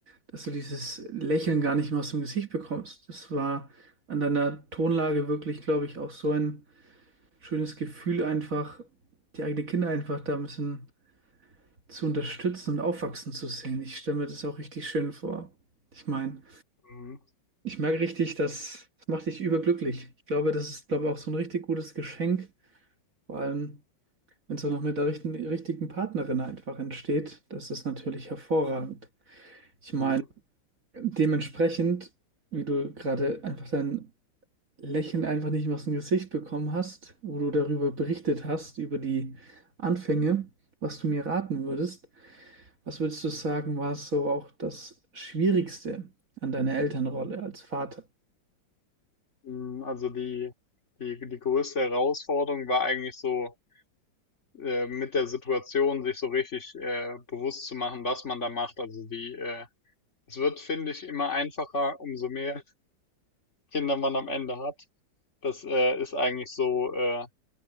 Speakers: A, on the right (about 45°); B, on the left (about 40°).
A: dass du dieses Lächeln gar nicht mehr aus dem Gesicht bekommst. Das war an deiner Tonlage wirklich, glaube ich, auch so ein schönes Gefühl, einfach die eigenen Kinder einfach da ein bisschen zu unterstützen und aufwachsen zu sehen. Ich stelle mir das auch richtig schön vor. Ich meine,
B: Mhm.
A: Ich merke richtig, das, das macht dich überglücklich. Ich glaube, das ist, glaube ich, auch so ein richtig gutes Geschenk. Vor allem, wenn es auch noch mit der richten, richtigen Partnerin einfach entsteht, das ist natürlich hervorragend. Ich
B: Mhm.
A: meine, dementsprechend, wie du gerade einfach dein Lächeln einfach nicht mehr aus dem Gesicht bekommen hast, wo du darüber berichtet hast, über die Anfänge, was du mir raten würdest, was würdest du sagen, war so auch das Schwierigste an deiner Elternrolle als Vater?
B: Mm, Also die, die, die größte Herausforderung war eigentlich so, äh, mit der Situation sich so richtig äh, bewusst zu machen, was man da macht. Also die, äh, es wird, finde ich, immer einfacher, umso mehr Kinder man am Ende hat. Das äh, ist eigentlich so, äh,